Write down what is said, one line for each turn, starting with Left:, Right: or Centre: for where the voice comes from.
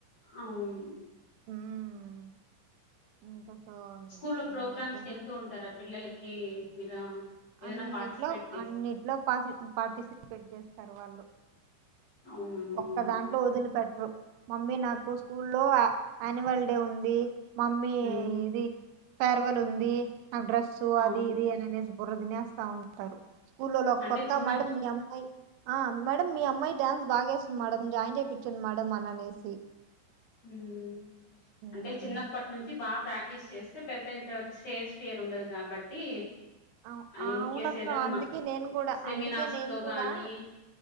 Left: అవును
Right: ఉమ్ ఇంకా సో
Left: స్కూలో ప్రోగ్రామ్స్
Right: ఇంక మధ్యాహ్నం
Left: కి వెళ్తూ ఉంటారా పిల్లలకి మీరా ఏదైనా
Right: అన్నిట్లో
Left: పార్టిసిపేట్ చేస్త
Right: అన్నిట్లో పాటి పాటిసిపేట్ చేస్తారు వాళ్ళు
Left: అవునా ఉమ్
Right: ఒక్క దాంట్లో వదిలి పెట్టరు మమ్మీ నాకు స్కూల్లో యాన్యువల్ డే ఉంది మమ్మీ
Left: ఉమ్
Right: ఇది ఫేర్వల్ ఉంది నాకు డ్రెస్సు
Left: అవును
Right: అది ఇది అని అనేసి బుర్ర తినేస్తా ఉంటారు స్కూల్ లో ఒక
Left: అంటే
Right: పక్క
Left: చిన్న
Right: మేడం మీ అమ్మాయి ఆ మేడం మీ అమ్మాయి డ్యాన్స్ బాగేస్తుంది మేడం జాయిన్ చేపియండి మేడం అని అనేసి
Left: ఉమ్
Right: ఉమ్,
Left: అంటే చిన్నప్పటి నుంచి బా ప్రాక్టీస్ చేస్తే పెద్దయిన తర్వాత స్టేజ్ ఫియర్ ఉండదు కాబట్టి
Right: అవు అవునక్క
Left: ఇన్ కేస్ ఏదన్న
Right: అందుకే నేను కూడా
Left: సెమినార్స్
Right: అందుకే నేను
Left: లో
Right: కూడా
Left: గానీ